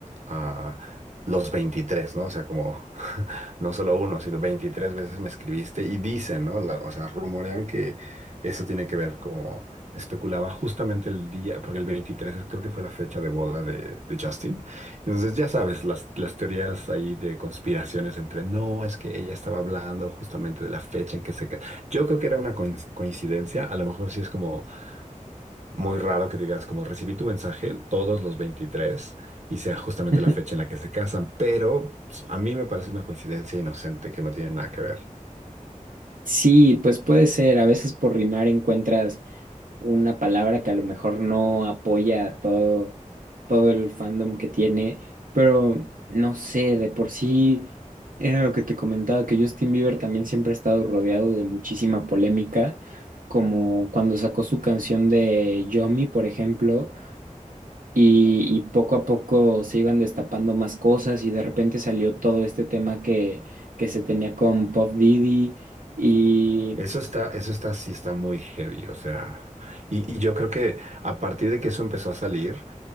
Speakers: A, on the right; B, on the right.
A: a los 23, ¿no? O sea, como <laughs> no solo uno, sino 23 veces me escribiste y dicen, ¿no? La- o sea, rumorean que eso tiene que ver como especulaba justamente el día, porque el 23 creo que fue la fecha de boda de, de Justin. Entonces, ya sabes, las, las teorías ahí de conspiraciones entre, no, es que ella estaba hablando justamente de la fecha en que se... ca-". Yo creo que era una coin- coincidencia, a lo mejor sí es como muy raro que digas, como recibí tu mensaje todos los 23 y sea justamente
B: <laughs>
A: la fecha en la que se casan, pero pues, a mí me parece una coincidencia inocente que no tiene nada que ver.
B: sí, pues puede ser, a veces por rimar encuentras una palabra que a lo mejor no apoya a todo, todo el fandom que tiene, pero no sé, de por sí era lo que te comentaba, que Justin Bieber también siempre ha estado rodeado de muchísima polémica, como cuando sacó su canción de Yomi, por ejemplo, y, y poco a poco se iban destapando más cosas y de repente salió todo este tema que, que se tenía con Puff Diddy y...
A: Eso está, eso está, sí está muy heavy, o sea, y, y yo creo que a partir de que eso empezó a salir,